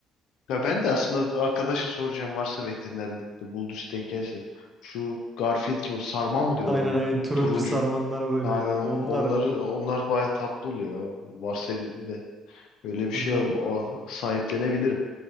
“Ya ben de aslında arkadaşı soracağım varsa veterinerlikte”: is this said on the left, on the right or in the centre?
Left